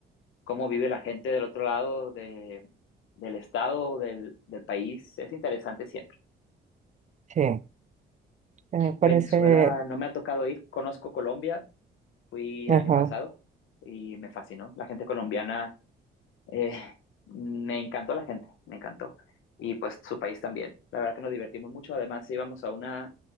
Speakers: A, on the left; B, on the right.
A: cómo vive la gente del otro lado de, del estado, del, del país. Es interesante siempre.
B: sí, sí, me parece...
A: Venezuela no me ha tocado ir, conozco Colombia, fui
B: Ajá.
A: el año pasado
B: <laughs>
A: y me fascinó. La gente colombiana, eh, <laughs> me encantó la gente, me encantó. Y pues su país también. La verdad que nos divertimos mucho. Además, íbamos a una